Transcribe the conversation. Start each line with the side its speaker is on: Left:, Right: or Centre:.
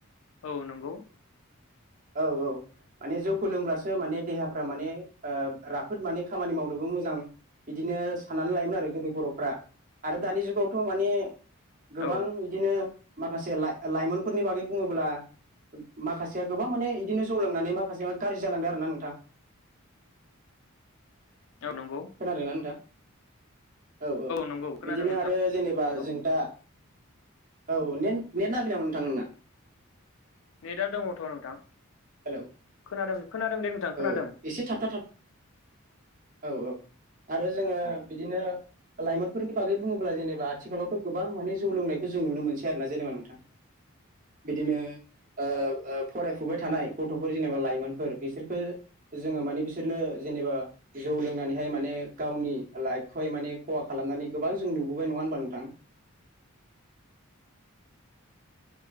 Left: औ नंगौ।
Right: औ औ। माने जौखौ लोंब्लासो माने देहाफ्रा माने ओ राफोद माने खामानि मावनोबो मोजां। बिदिनो साननानै लायोमोन आरो गोदो बर'फ्रा आरो दानि जुगावथ' माने गोबां
Left: औ
Right: बिदिनो माखासे लाइमोनफोरनि बागै बुङोब्ला माखासेया गोबां माने बिदिनो जौ लांनानै माखासे गाज्रि जालांदों आरो ना नोंथां।
Left: <inaudible> औ नंगौ
Right: खोनादोंना नोंथां? औ औ
Left: नंगौ खोनादों
Right: बिदिनो
Left: नोंथां
Right: आरो जेनेबा
Left: औ
Right: जों दा औ ने नेट नाङाखै नामा नोंथां नोंना?
Left: नेटआ दङथ' नोंथां
Right: हेलौ
Left: खोनादों खोनादों दे नोंथां खोनादों
Right: औ एसे थाबथा थाब औ औ आरो जोङो
Left: औ
Right: बिदिनो लाइमोनफोरनि बागै बुङोब्ला जेनेबा आथिखालावथ' गोबां माने जौ लोंनायखौ जों नुनो मोनसै आरो ना जेनेबा नोंथां। बिदिनो ओ ओ फरायफुबाय थानाय गथ'फोर जेनेबा लाइमोनफोर बिसोर <inaudible> जोङो माने बिसोरनो जेनेबा जौ लोंनानैहाय माने गावनि लाइफखौहाय माने खहा खालामनानै गोबां जों नुबोबाय नङा होनबा नोंथां।
Left: <inaudible>